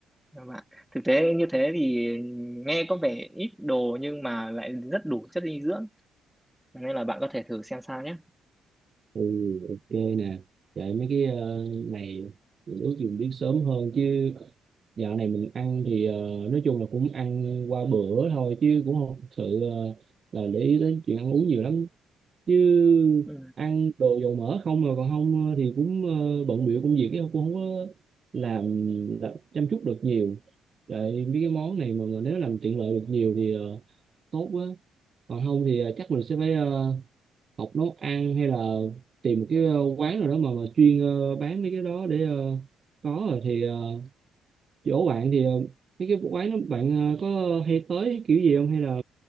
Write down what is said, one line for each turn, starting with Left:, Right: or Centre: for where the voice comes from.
Centre: các bạn thực tế như thế thì nghe có vẻ ít đồ nhưng mà lại rất đủ chất dinh dưỡng nên là bạn có thể thử xem sao nhé
Right: Ừ, ok nè vậy mấy cái ờ, này mình ước gì mình biết sớm hơn chứ dạo này mình ăn thì ờ, nói chung là cũng ăn qua bữa thôi chứ cũng không thực sự ờ, là để ý đến chuyện ăn uống nhiều lắm chứ
Centre: ừ.
Right: ăn đồ dầu mỡ không mà còn không ờ, thì cũng ờ, bận bịu công việc ấy, cũng không có làm, làm chăm chút được nhiều vậy mấy cái món này mà, mà nếu làm tiện lợi được nhiều thì ờ, tốt quá còn không thì ờ, chắc mình sẽ phải ờ, học nấu ăn hay là tìm một cái ờ, quán nào đó mà, mà chuyên ờ, bán mấy cái đó để ờ, có rồi thì ờ, chỗ bạn thì ờ, mấy cái quán đó bạn ờ, có hay tới kiểu gì không hay là